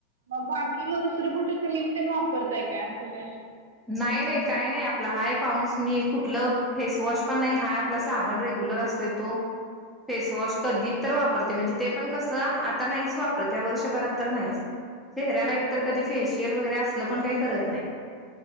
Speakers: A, on the right; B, in the centre.
A: मग बाकी मग दुसरी कुठली क्रीम तेन वापरताय काय, असं ते?
B: नाही, नाही, काही नाही, आपला हाय पाऊन्स मी कुठलं फेसवॉश पण नाही, हाय आपलं साबण रेग्युलर असतोय. तो <unintelligible> फेसवॉश कधीच तर वापरते, म्हणजे ते पण कसं आता नाहीच वापरत वर्षभरात तर नाही. चेहऱ्याला
A: हा
B: एकतर
A: हा
B: कधी फेशियल वगैरे असलं पण काही करत नाही.